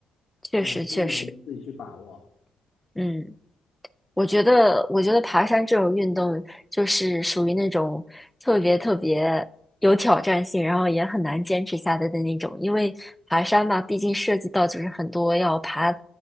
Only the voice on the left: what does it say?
你都能自己去把握。